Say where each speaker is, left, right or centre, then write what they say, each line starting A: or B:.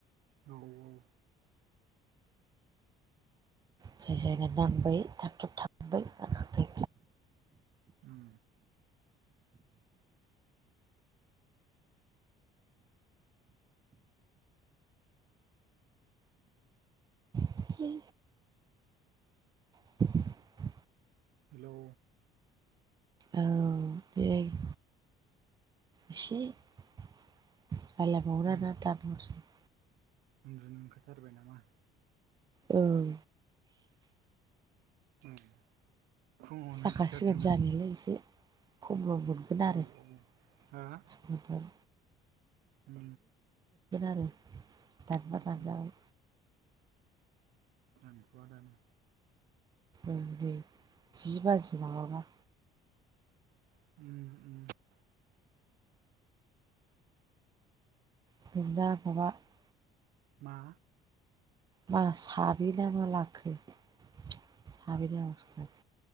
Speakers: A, on the right; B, on the right.
A: औ औ।
B: जाय जायना नांबाय थाब थाब थाबबाय नाखांबाय
A: उम
B: ओं <unintelligible>
A: हेलौ,
B: औ देक एसे <unintelligible>
A: उन्दु उन्दुनो ओंखारथारबाय नामा
B: ओं
A: उम फुङावनो
B: साखा
A: सिखारदों
B: सिखोन
A: नामा
B: जानिलै एसे खमल' मोनगोन आरो
A: औ
B: <unintelligible>
A: औ हा
B: मोनगोन
A: उम
B: आरो दानबा
A: उम
B: दानजागोन
A: उम थांथया दानो
B: उम दे जि बाजि माबाबा
A: उम उम।
B: <unintelligible>
A: मा
B: मा साबिना मा लाखो <unintelligible>